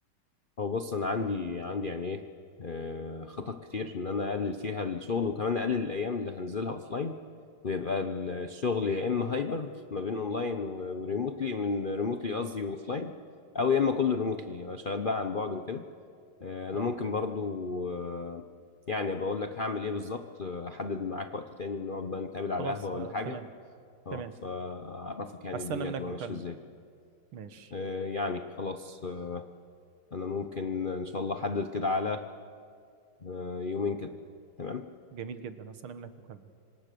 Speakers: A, on the left (about 50°); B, on the right (about 80°).
A: هو بص انا عندي عندي يعني ايه آه، خطط كتير ان انا اقلل فيها الشغل وكمان اقلل الايام اللي هنزلها اوفلاين ويبقى ال- الشغل يا اما هايبرد ما بين اونلاين و- وريموتلي من ريموتلي قصدي واوفلاين او يا اما كله ريموتلي شغال بقى عن بعد وكده آه، انا
B: اه
A: ممكن برضو آه، يعني بقول لك هعمل ايه بالظبط آه، احدد معاك وقت تاني نقعد بقى نتقابل على
B: خلاص
A: قهوة ولا
B: آه
A: حاجة
B: تمام
A: اه
B: تمام
A: فاعرفك يعني
B: هستنى
A: الدنيا
B: منك
A: هتبقى
B: مكالمة
A: ماشية ازاي
B: ماشي
A: آه، يعني خلاص آه، انا ممكن ان شاء الله احدد كده على آه، يومين كده تمام
B: جميل جدا هستنى منك مكالمة